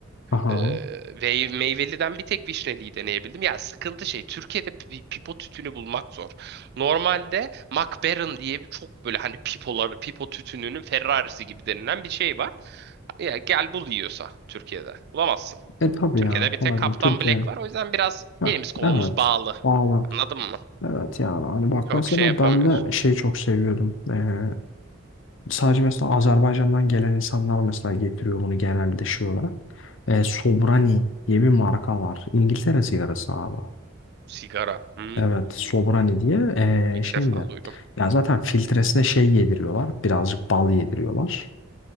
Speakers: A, on the left; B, on the right.
A: Aha.
B: Ee, ve meyveliden bir tek vişneliyi deneyebildim. Ya sıkıntı şey Türkiye'de pi- pipo tütünü bulmak zor. Normalde MacBaron diye bir çok böyle hani pipoları pipo tütününün Ferrarisi gibi denilen bir şey var. Ya gel bul yiyorsa Türkiye'de. Bulamazsın.
A: E tabii
B: Türkiye'de
A: ya kolay
B: bir tek Kaptan
A: değil. Türkiye.
B: Black var. O yüzden biraz
A: Ha,
B: elimiz kolumuz
A: evet.
B: bağlı.
A: Valla.
B: Anladın mı?
A: Evet yani hani bak
B: Çok
A: mesela
B: şey yapamıyorsun.
A: ben de şeyi çok seviyordum. Ee, sadece mesela Azerbaycan'dan gelen insanlar mesela getiriyor bunu genelde şey olarak. Ee, Sobrani diye bir marka var. İngiltere sigarası abi.
B: Sigara. Hmm.
A: Evet, Sobrani diye eee
B: İlk
A: şeyinde
B: defa duydum.
A: ya zaten filtresine şey yediriyorlar. Birazcık bal yediriyorlar.